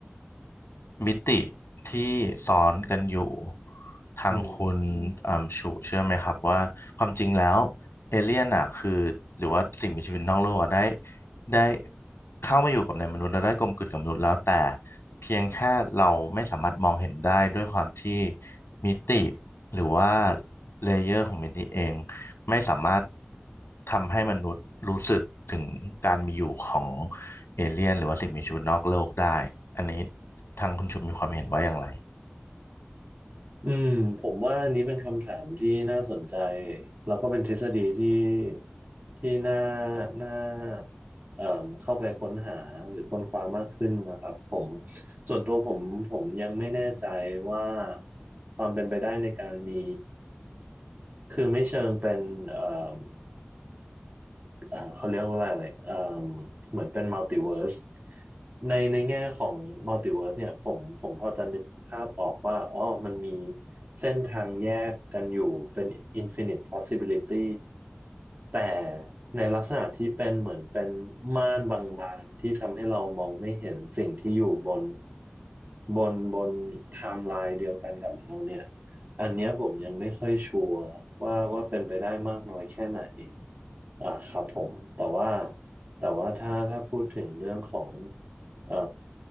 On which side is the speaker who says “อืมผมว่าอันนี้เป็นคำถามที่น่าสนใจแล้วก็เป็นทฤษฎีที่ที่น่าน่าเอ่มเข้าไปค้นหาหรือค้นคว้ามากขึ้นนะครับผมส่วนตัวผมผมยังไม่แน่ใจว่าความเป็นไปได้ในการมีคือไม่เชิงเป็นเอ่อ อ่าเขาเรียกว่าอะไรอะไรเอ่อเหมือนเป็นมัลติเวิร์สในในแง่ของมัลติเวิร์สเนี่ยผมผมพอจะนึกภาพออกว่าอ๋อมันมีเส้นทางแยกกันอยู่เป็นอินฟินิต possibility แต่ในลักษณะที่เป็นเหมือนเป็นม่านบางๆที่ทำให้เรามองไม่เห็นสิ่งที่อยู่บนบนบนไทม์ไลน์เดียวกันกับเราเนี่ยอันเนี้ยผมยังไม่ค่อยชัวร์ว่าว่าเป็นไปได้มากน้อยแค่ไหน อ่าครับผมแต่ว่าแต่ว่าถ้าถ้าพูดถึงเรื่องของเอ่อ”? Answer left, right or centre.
Right